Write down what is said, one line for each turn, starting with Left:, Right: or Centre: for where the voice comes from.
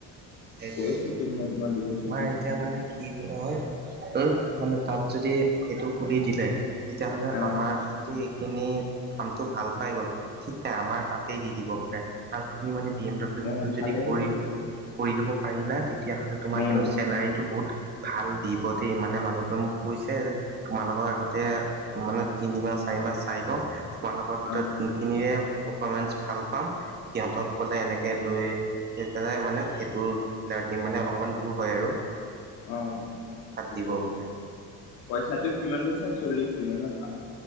Right: সেইটোৱে
Left: কৈছো তো মই তোমাৰ দুবছৰমান
Right: তোমাৰ এতিয়া
Left: থাকো
Right: মানে কি হল মানে তাত যদি সেইটো খুলি দিলে তেতিয়াহলে
Left: অ
Right: আমাৰ যদি এনেই কামতটো ভাল পাই গ'ল ঠিক নাই আমাৰ তাতে দি দিব পাৰে আৰু তুমি মানে বি এম ডব্লিও
Left: অ ভালেই
Right: কৰি,
Left: হ'ব তেতিয়াহ'লে।
Right: কৰি লব পাৰিলা তেতিয়া হলে তোমাৰ
Left: উম।
Right: কিন্ত চেলাৰিটো বহুত ভাল দিব দেই মানে মানুহটো মোক কৈছে যে তোমালোকৰ আগত মানে তিনিমাহ চাৰি মাহ চাই লো, তোমালোকৰ ভিতৰত
Left: অ
Right: যোনখিনিয়ে প্ৰফমেন্স ভাল পাম সিহঁতক বলে এনেকে লৈ পেলাই মানে সেইটো দিম মানে অলপমান দূৰ হয় আৰু।
Left: অ
Right: তাত
Left: তাৰপিছত
Right: দিব বোলে।
Left: পইচাটো কিমান কৈছে চল্লি দিব ন ভাৰ